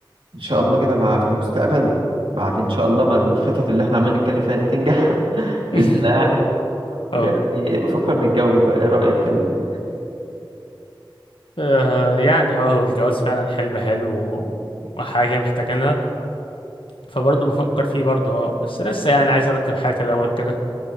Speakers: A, on the right; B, on the left.
A: ان شاء الله كده بقى في المستقبل بعد ان شاء الله ما الخطط اللي احنا عمالين نتكلم فيها دي تنجح <laughs>
B: <laughs>
A: باذن الله يعني يعني
B: اه
A: إيه بفكر نتجوز بقى ايه رايك في ال...
B: آه، يعني اه هو الجواز فعلا حلم حلو و- وحاجه محتاجينها فبرضه بفكر فيه برضه اه بس لسه يعني عايز ارتب حياتي الاول كده